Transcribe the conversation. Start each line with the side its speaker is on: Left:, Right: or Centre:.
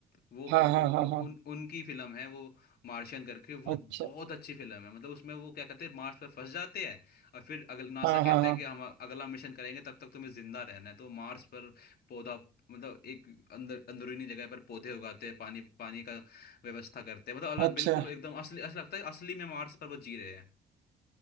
Left: वो
Right: हाँ
Left: वो
Right: हाँ
Left: उ, उ,
Right: हाँ हाँ,
Left: उन उनकी फिल्म है वो मार्शियन करके वो
Right: अच्छा
Left: बहुत अच्छी फिल्म है मतलब उसमें वो क्या कहते हैं मार्स पर फंस जाते हैं और फिर अगल नासा
Right: हाँ हाँ
Left: कहता
Right: हाँ
Left: है कि हम अगला मिशन करेंगे तब तक तुम्हें जिंदा रहना है तो मार्स पर पौधा मतलब एक अंदर अंदरूनी जगह पर पौधे उगाते हैं पानी पानी का व्यवस्था करते हैं मतलब अलग
Right: अच्छा
Left: बिल्कुल एकदम असली असली लगता है असली में मार्स पर वो जी रहे हैं